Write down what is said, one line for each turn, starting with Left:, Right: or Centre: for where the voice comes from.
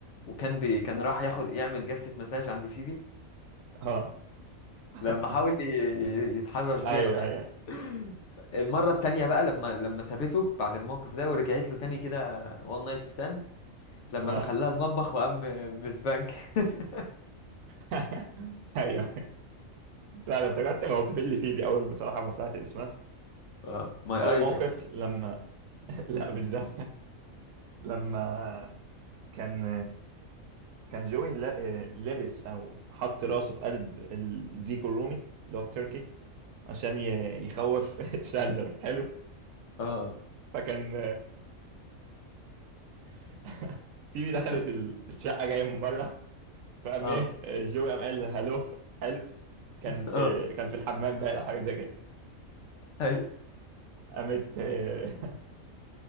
Left: وكان بي... كان راح ياخد يعمل جلسة مساج عند فيبي
Right: اه <laughs>
Left: لما حاول ي- ي- يتحرش بيها
Right: أيوه
Left: أوي.
Right: أيوه
Left: <laughs> المرة التانية بقى لما لما سابته بعد الموقف ده ورجعت له تاني كده وان نايت ستاند لما
Right: اه
Left: دخلها آه. المطبخ وقام مسبانك <laughs>
Right: <laughs> ايوه لا انا افتكرت موقف اللي فيه دي اول بصراحه ما سمعت اسمها
Left: اه ماي
Right: اول
Left: ايز
Right: موقف
Left: اكيد
Right: لما <laughs> لا مش ده لما كان كان جوي لا- لابس او حط راسه في قلب الديك الرومي اللي هو التركي عشان ي- يخوف <laughs> شاندلر حلو
Left: اه
Right: فكان <laughs> في
Left: <laughs>
Right: دخلت ال- الشقه جايه من بره فقام
Left: اه
Right: ايه جوي قام قال هلو حلو كان في
Left: اه
Right: كان في الحمام بقى او حاجه زي كده
Left: ايوه
Right: قامت <laughs>